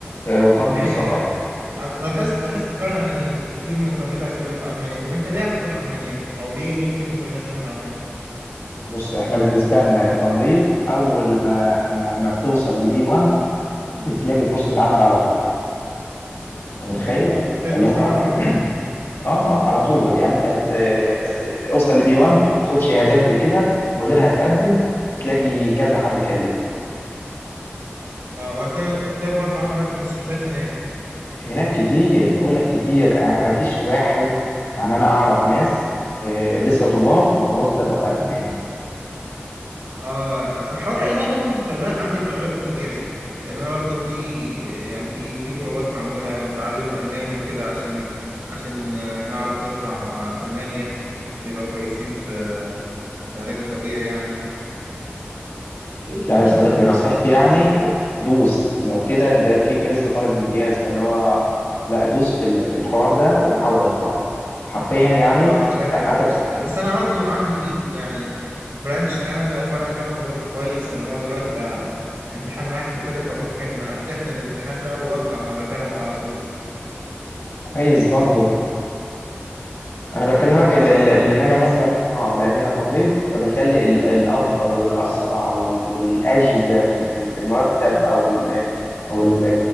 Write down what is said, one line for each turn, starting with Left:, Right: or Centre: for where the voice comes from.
Left: آه، وخطط
Right: المانيا
Left: للسفر
Right: يعني انا لاحظت لاحظت فعلا ان كتير من التمريض عايزين يروحوا المانيا طب انت ليه عايز تروح المانيا او ليه ليه كتير من التمريض عايزين يروحوا المانيا
Left: بص احنا بالنسبه لنا كتمريض اول ما ما, ما بتوصل لبي 1 بتلاقي فرصه عمل على طول انت متخيل
Right: اه هتلاقي
Left: فاللي
Right: فرص
Left: هو
Right: عمل
Left: اه
Right: على طول
Left: اه على طول يعني انت هت... آه، بس اوصل لبي 1 وخد شهادات بكده من غير هتقدم هتلاقي كذا حد كلمك
Right: اه وهتلاقي هتلاقي فرص عمل بقى في المستشفيات هناك
Left: هناك كتير بقول لك كتير آه، مفيش واحد يعني انا اعرف ناس آه، لسه طلاب وخلاص بدأوا الماني
Right: اه الحوار الالماني ده برضه خلي بالك عندي في العلاج الطبيعي يعني انا برضه في يعني في في جروبات معموله للتعلم الالماني وكده عشان عشان آه، نعرف نطلع آه، المانيا ونبقى كويسين في في العلاج الطبيعي يعني
Left: لا
Right: <clears throat>
Left: يا صديقي نصيحتي يعني آه، دوس لو كده انت كيكه لسه طالب امتياز فاللي هو لا دوس في ال- في الحوار ده وحاول اطلع حرفيا يعني
Right: <laughs> اه شكلي
Left: آه، حياتك
Right: هدوس ايوه بس انا برضه عندي يعني برانش كندا فرع كندا برضو كويس لان هو دلوقتي بقى امتحان واحد وكده فممكن امتحن الامتحان ده واطلع على كندا على طول
Left: كويس برضه انا بكلمك
Right: اه
Left: ل- ل-
Right: تمام
Left: لان انا مثلا اه لان انا تمريض فبالتالي ال- الافضل والاسرع وال- والاجزى في ال- في ال- في المرتب او ال او ال-